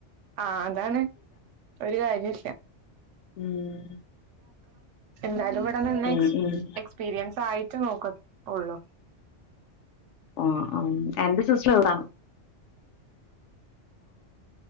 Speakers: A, on the right (about 80°); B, on the left (about 75°).
A: ആ അതാണ് ഒരു കാര്യ ഇല്ല
B: ഉം
A: എന്തായാലും ഇവിട ഇവിടെ നിന്ന്
B: ഉം ഉം
A: എക്സ്പീരിയൻസ് ആയി ട്ട് നോക്കത്തുള്ളു
B: ഓ ആ എന്റെ സിസ്റ്റർ അതാണ്